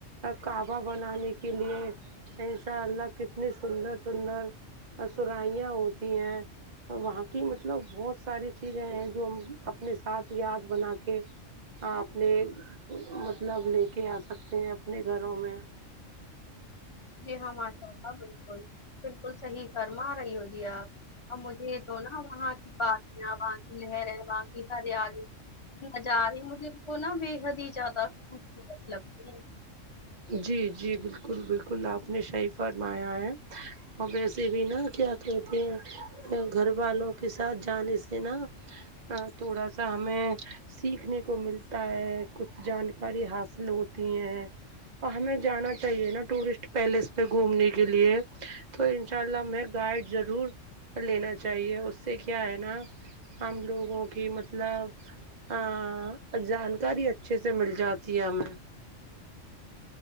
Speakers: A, on the right; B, on the left.
A: کعبہ بنانے کے لیے ان شاء اللہ کتنے سندر سندر سرائیاں ہوتی ہیں وہاں کی مطلب بہت ساری چیزیں ہیں جو ہم اپنے ساتھ یاد بنا کے آاپنے م مطلب لے کے آ سکتے ہیں اپنے گھروں میں
B: جی ہاں ماشاء اللہ بالکل بالکل صحیح فرما رہی ہو جی آپ اور مجھے تو نا وہاں کی پارٹیاں وہاں کی لہریں وہاں کی ہریالی نظارے مجھے ان کو نا بے حد ہی زیادہ خوبصورت لگتی ہیں
A: جی جی بالکل بالکل آپ نےصحیح فرمایا ہے اور ویسے بھی نا کیا کہتے ہیں گھر والوں کے ساتھ جانے سے نا ا تھوڑا سا ہمیں سیکھنے کو ملتا ہے کچھ جانکاری حاصل ہوتی ہیں ہمیں جانا چاہیے نا ٹورسٹ پیلس پہ گھومنے کے لیے تو انشاء اللہ ہمیں گائڈ ضرور لینا چاہیے اس سے کیا ہے نا ہم لوگوں کی مطلب ہاں جانکاری اچھے سے مل جاتی ہے ہمیں